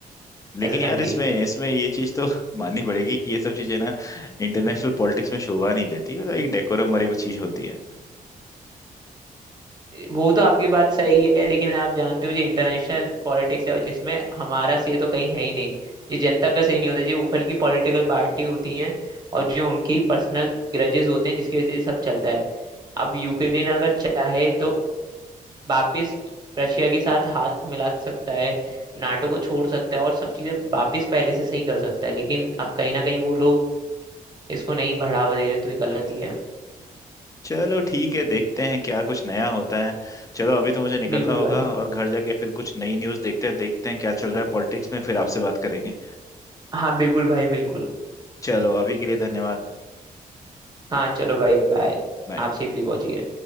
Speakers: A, on the left; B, on the right.
A: लेकिन
B: एज अ
A: यार
B: कंट्री
A: इसमें इसमें ये चीज तो माननी पड़ेगी कि ये सब चीजें ना इंटरनेशनल पॉलिटिक्स में शोभा नहीं देती मतलब एक डेकोरम वाली वो चीज होती है
B: वो तो आपकी बात सही है लेकिन आप जानते हो जो इंटरनेशनल पॉलिटिक्स है जिसमें हमारा सही तो कहीं है ही नहीं ये जनता का सही नहीं होता ये ऊपर की पॉलिटिकल पार्टी होती है और जो उनकी पर्सनल ग्रजेस होते हैं जिसकी वजह से ये सब चलता है अब यूक्रेन अगर चाहे तो वापस रशिया के साथ हाथ मिला सकता है नाटो को छोड़ सकता है और सब चीजें वापस पहले से सही कर सकता है लेकिन अब कहीं ना कहीं वो लोग इसको नहीं बढ़ावा दे रहे तो ये गलत ही है
A: चलो ठीक है देखते हैं क्या कुछ नया होता है चलो अभी तो मुझे निकलना
B: बिल्कुल
A: होगा
B: भाई
A: और घर जाके फिर कुछ नई न्यूज़ देखते हैं देखते हैं क्या चल रहा है पॉलिटिक्स में फिर आपसे बात करेंगे
B: हाँ बिल्कुल भाई बिल्कुल
A: चलो अभी के लिए धन्यवाद
B: हाँ चलो भाई बाय
A: बाय
B: आप सेफली पहुंचिए